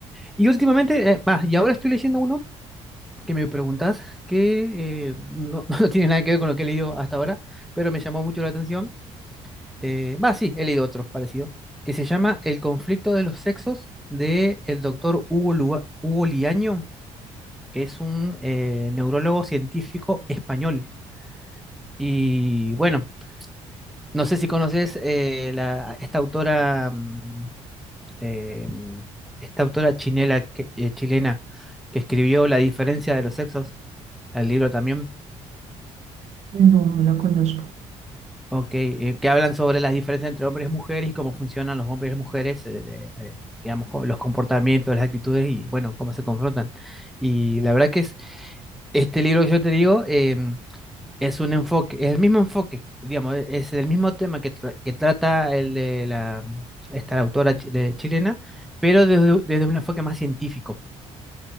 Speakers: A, in the centre; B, on the right.
A: Y últimamente, eh, ah, y ahora estoy leyendo uno que me preguntas, que eh, no, <laughs> no tiene nada que ver con lo que he leído hasta ahora, pero me llamó mucho la atención. Eh, Va, sí, he leído otros parecidos, que se llama El conflicto de los sexos de el doctor Hugo, Lua- Hugo Liaño que es un eh, neurólogo científico español. Y bueno, no sé si conoces eh, la- esta autora, mm, eh, esta autora chinela que- eh, chilena que escribió La diferencia de los sexos, el libro también,
B: No, no la conozco.
A: ok, eh, que hablan sobre las diferencias entre hombres y mujeres y cómo funcionan los hombres y mujeres, eh, de- eh, digamos, co- los comportamientos, las actitudes y bueno, cómo se confrontan. Y la verdad que es, este libro que yo te digo... em, es un enfoque, es el mismo enfoque, digamos, e, es el mismo tema que, tra- que trata el de la, esta autora chi- de- chilena, pero desde, desde un enfoque más científico.